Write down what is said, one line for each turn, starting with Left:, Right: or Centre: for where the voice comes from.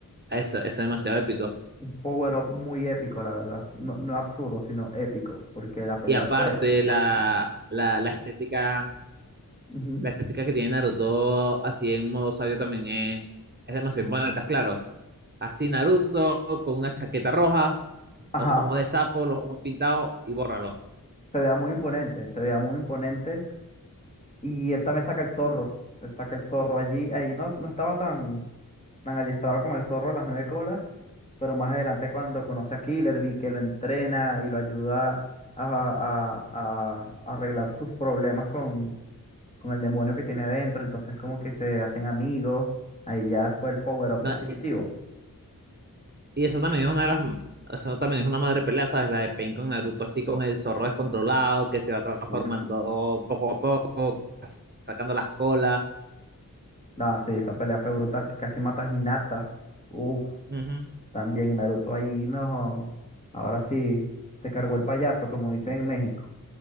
Right: eso, eso es demasiado épico.
Left: Un power-up muy épico, la verdad. No, no absurdo, sino épico, porque la pelea
Right: Y aparte,
Left: fue buenísima.
Right: la, la, la estética,
Left: Ujú.
Right: la estética que tiene Naruto, así en modo sabio también es, es demasiado importante, ¿estás claro? Así Naruto con una chaqueta roja, los
Left: Ajá,
Right: ojos de sapo, los ojos pintados y bórralo.
Left: se vea muy imponente, se vea muy imponente. Y él también saca el zorro, él saca el zorro allí. Ahí no, no estaba tan, tan adiestrado con el zorro a las nueve colas, pero más adelante cuando conoce a Killer que lo entrena y lo ayuda a, a- a- a arreglar sus problemas con, con el demonio que tiene adentro, entonces como que se hacen amigos, ahí ya fue el power-up
Right: No,
Left: definitivo.
Right: Y esa también es una de las, esa también es una madre pelea, ¿sabes? La de Pain con Naruto, así con el zorro descontrolado, que se va transformando
Left: Uf.
Right: poco a poco, sacando las colas.
Left: No, sí, esa pelea fue brutal, que casi mata a Hinata. Uf.
Right: Ujú.
Left: También y Naruto ahí, no. Ahora sí, te cargó el payaso, como dicen en México.